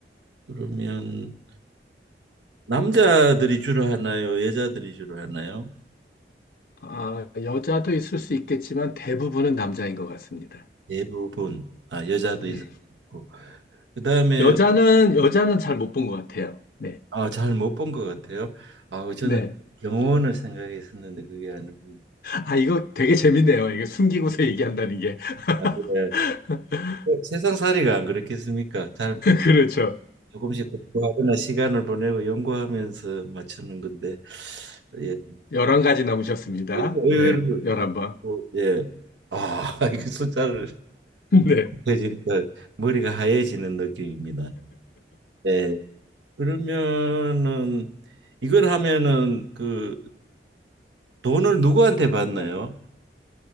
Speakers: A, on the right; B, on the left.
A: 그러면 남자들이 주로 하나요? 여자들이 주로 하나요?
B: 아, 여자도 있을 수 있겠지만 대부분은 남자인 것 같습니다.
A: 대부분. 아, 여자도
B: 네.
A: 있었고. 그다음에
B: 여자는, 여자는 잘 못 본 것 같아요. 네.
A: 아, 잘 못 본 것 같아요. 아, 그 저는
B: 네.
A: 영혼을 생각했었는데 그게 아니고
B: 아, 이거 되게 재밌네요. 이게 숨기고서 얘기한다는 게.
A: 아, 그래.
B: <laughs>
A: 어, 세상 살이가 안 그렇겠습니까? 잘
B: 그렇죠.
A: 조금씩 공부하거나 시간을 보내고 연구하면서 맞추는 건데 예,
B: 11가지 남으셨습니다.
A: 의외로
B: 네. 11번.
A: 뭐, 예, 아, <laughs> 이 숫자를
B: <laughs> 네.
A: 이해지니까 머리가 하얘지는 느낌입니다. 예, 그러면은 이걸 하면은 그 돈을 누구한테 받나요?